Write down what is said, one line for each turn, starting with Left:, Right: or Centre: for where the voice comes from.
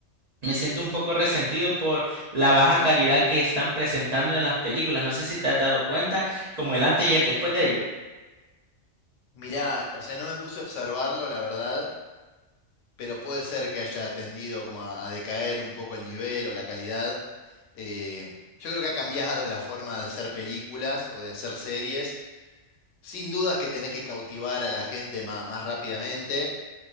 Right: me siento un poco resentido por la baja calidad que están presentando en las películas. No sé si te has dado cuenta, como el antes y el después de ello.
Left: Mirá, o sea, no me puse a observarlo, la verdad. pero puede ser que haya tendido como a, a decaer un poco el nivel o la calidad. Eh, yo creo que ha cambiado la forma de hacer películas o de hacer series. Sin dudas que tenés que cautivar a la gente ma- más, rápidamente,